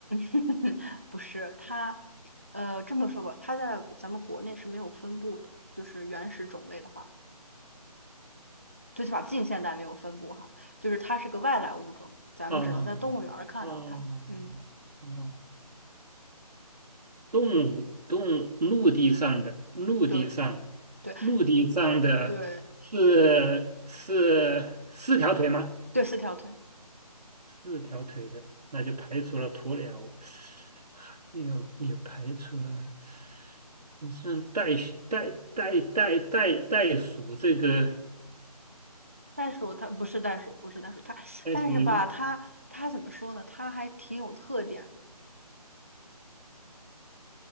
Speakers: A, on the right; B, on the right.
A: <laughs> 不是它，呃，这么说吧，它在咱们国内是没有分布的，就是原始种类的话，最起码近现代没有分布哈，就是它是个外来物种，咱们只能在动物园儿看到它，
B: 哦哦
A: 嗯，
B: 哦，动物动物陆地上的陆地上的
A: 对对
B: 陆地上的是是四条腿吗？
A: 对对，四条腿。
B: 四条腿的，那就排除了鸵鸟，还有也排除了。你像袋鼠袋袋袋袋袋鼠这个
A: 袋鼠它不是袋鼠，不是袋鼠，它但是吧，
B: 袋鼠，
A: 它它怎么说呢？它还挺有特点的，